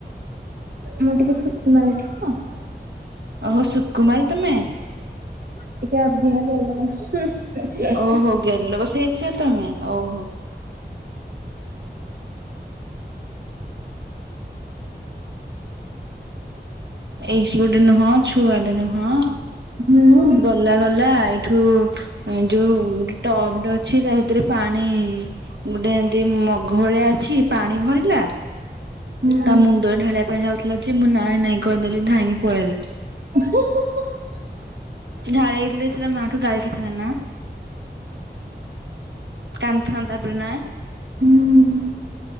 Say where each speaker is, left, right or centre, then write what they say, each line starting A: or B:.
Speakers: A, on the right (about 55°); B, on the right (about 80°).
A: ମୁଁ ଟିକେ ସୁକୁମାରୀ ଟି ତ।
B: ଓହୋ ସୁକୁମାରୀ ତମେ।
A: <unintelligible>
B: ଓହୋ ଗେଲ ବସରିଆ ଝିଅ ତମେ ଓହୋ। ଏଇଠି ଗୋଟେ ନୁହଁ ଛୁଆଟେ ନୁହଁ
A: ହୁଁ।
B: ପିଲା କଲା ଏଇଠୁ ଯୋଉ ଟବ ଟେ ଅଛି ତା ଭିତରେ ପାଣି ଗୋଟେ ଏମିତି ମଗ ଭଳିଆ ଅଛି ତା ଭିତରେ ପାଣି ଭରିଲା
A: ହଁ।
B: ତା ମୁଣ୍ଡ ଢାଳିବା ପାଇଁ ଯାଉଥିଲା ଯେ ମୁଁ ନାଇଁ ନାଇଁ କହିଦେଲି ଧାଇଁକି ପଳେଇଲା।
A: <inaudible>
B: ଢାଳି ଦେଇଥିଲେ ସେ ତା ମାଠୁ ଗାଳି ଖାଇଥାନ୍ତା ନା। କାନ୍ଦି ଥାନ୍ତା ତାପରେ ନା।
A: ହୁଁ